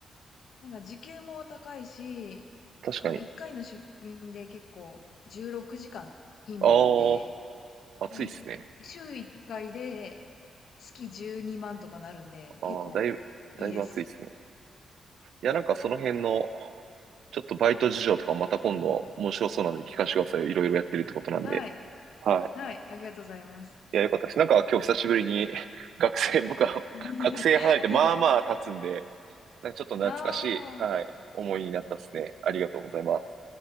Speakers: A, on the left; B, on the right.
A: なんか時給も高いし、
B: 確かに。
A: その1回の出勤で結構16時間勤務なんで、
B: ああ、暑いっすね。
A: もうい週1回で月12万とかなるんで、
B: ああ、
A: 結構いいです。
B: だいぶ、だいぶ暑いっすね。いや、なんかその辺の、ちょっとバイト事情とかまた今度面白そうなんで聞かせてくださいよ。いろいろやってるってことなんで。
A: はい。
B: はい。
A: はい。ありがとうございます。
B: いや、よかったです。なんか今日久しぶりに <laughs> 学生、僕は <laughs>
A: <laughs>
B: 学生離れてまあまあ経つんで、なんかちょっと懐かしい、
A: あ
B: はい、
A: あ。
B: 思いになったですね。ありがとうございます。